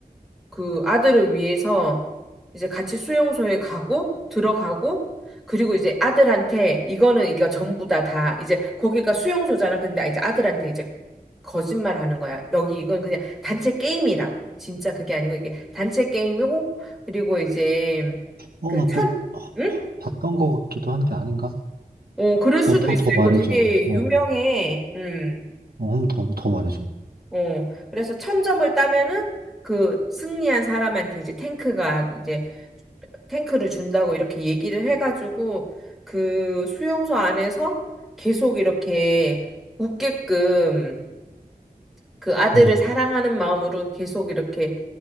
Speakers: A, in the centre; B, on the right.
A: 그 아들을 위해서 이제 같이 수용소에 가고 들어가고 그리고 이제 아들한테 이거는 이거 전부 다 다 이제 거기가 수용소잖아. 근데 이제 아들한테 이제 거짓말 하는 거야. 여기 이건 그냥 단체 게임이라고. 진짜 그게 아니고 이게 단체 게임이고 그리고 이제
B: 어,
A: 그
B: 나
A: 천,
B: 그거 아,
A: 응?
B: 봐- 봤던 것 같기도 한데 아닌가?
A: 어, 그럴 수도
B: 어, 더,
A: 있어.
B: 더
A: 이거
B: 말해줘.
A: 되게 유명해.
B: 어,
A: 음.
B: 어, 한번더 더 말해줘.
A: 어. 그래서 천 점을 따면은 그 승리한 사람한테 이제 탱크가 이제 탱크를 준다고 이렇게 얘기를 해가지고 그 수용소 안에서 계속 이렇게 웃게끔 그 아들을
B: 음.
A: 사랑하는 마음으로 계속 이렇게